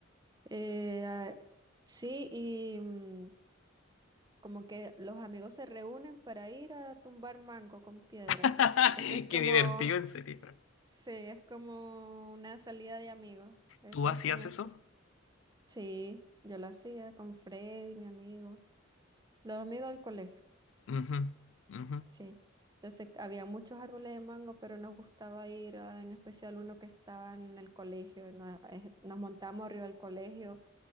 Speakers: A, on the right (about 20°); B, on the left (about 75°).
A: Eh, ah, sí, y mm, como que los amigos se reúnen para ir a tumbar mango con piedra.
B: <laughs>
A: Eso es como
B: Qué divertido, en serio.
A: Sí, es como una salida de amigos. Eso
B: ¿Tú hacías
A: es como
B: eso?
A: si. Sí, yo lo hacía con Freddy, mi amigo. Los amigos del colegio,
B: Ujú, ujú.
A: sí. Entonces había muchos árboles de mango, pero nos gustaba ir a, en especial uno que estaba en el colegio. Nos, eh, nos montamos arriba del colegio,